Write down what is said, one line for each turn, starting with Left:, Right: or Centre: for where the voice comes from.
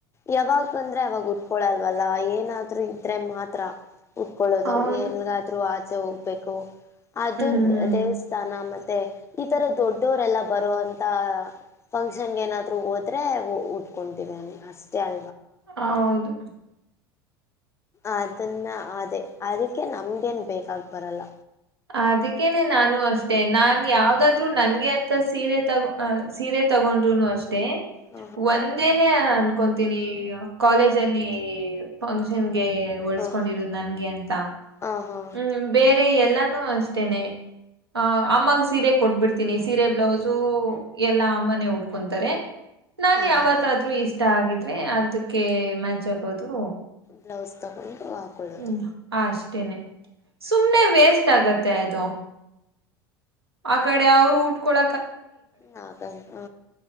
Left: ಯಾವಾಗ ಅಂದ್ರೆ ಅವಾಗ ಉಟ್ಕೊಳಲ್ವಲ್ಲ ಏನಾದ್ರು ಇದ್ರೆ ಮಾತ್ರ ಉಟ್ಕೊಳ್ಳೋದು
Right: ಹೌದು
Left: ಎನಗಾದ್ರೂ ಆಚೆ ಹೋಗ್ಬೇಕು ಅದು
Right: ಹ್ಮ್
Left: ದೇವಸ್ಥಾನ ಮತ್ತು ಈತರ ದೊಡ್ಡವರೆಲ್ಲ ಬರುವೋಂತ ಫಂಕ್ಷನ್ಗೆ ಏನಾದ್ರು ಹೋದ್ರೆ ಉಟ್ಕೊತವಿ ಅಷ್ಟೇ ಅ
Right: ಹೌದು
Left: ಅದನ್ನ ಅದೇ ಅದಕ್ಕೆ ನಮ್ಗೇನ್ ಬೇಕಾಗ ಬರಲ್ಲ
Right: ಅದಕ್ಕೇನೆ ನಾನು ಅಷ್ಟೇ ನಾನ್ ಯಾವ್ದಾದ್ ನಂಗೆ ಅಂತ ಸೀರೆ ತಗ ಸೀರೆ ತಗೊಂಡ್ರುನು ಅಷ್ಟ
Left: ಹ
Right: ಒಂದೇನೆ ಕೊಂತೀನಿ ಕಾಲೇಜ್ ಅಲ್ಲಿ ಫಂಕ್ಷನ್ ಊಳ್ಕೊಂಡಿರೋದು
Left: ಹಾ ಹ
Right: ನನ್ಗೆ ಅಂತ
Left: ಹಾ ಹ
Right: ಹ್ಮೇ ಆದೆ ಎಲ್ಲಾನು ಅಷ್ಟನೆ ಅ ಅಮ್ಮ ಸೀರೆ ಕೊಟ್ಬಿಡ್ತೀನಿ ಸೀರೆ ಬ್ಲೌಸು ಎಲ್ಲಾ ಅಮ್ಮನೇ ಉಟ್ಕೊಂತಾರೆ ನಾನ್
Left: ಹಾ
Right: ಯಾವತ್ತಾದ್ರೂ
Left: ಹ ಹಾ
Right: ಇಷ್ಟ ಆಗಿದ್ರೆ ಅದಕ್ಕೆ ಮ್ಯಾಚ್ ಆಗೋದು
Left: ಬ್ಲೌಸ್ ತಗೊಂಡು ಹಾಕೊಳ್ಳೋದು
Right: ಹ್ಮ್ ಅಷ್ಟೇನೆ ಸುಮ್ನೆ ವೇಸ್ಟ್ ಆಗತ್ತೆ ಅದು ಆ ಕಡೆ ಅವ್ರು ಉಟ್ಕೊಕ್
Left: ಹಾಗಣ ಹ